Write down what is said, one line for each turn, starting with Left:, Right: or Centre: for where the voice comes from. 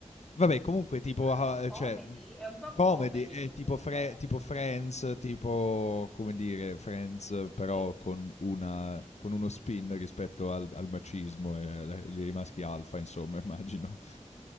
Left: Vabbè comunque tipo
Centre: Non
Left: ah,
Centre: lo so, comedy?
Left: cioè, mhmm,
Centre: È un po'
Left: comedy
Centre: comedy
Left: è
Centre: comunque.
Left: tipo Fre tipo Friends,
Centre: Mh,
Left: tipo come dire, Friends eh, però
Centre: sì.
Left: con una con uno spin rispetto al al macismo e alle agli maschi alfa insomma <laughs> immagino.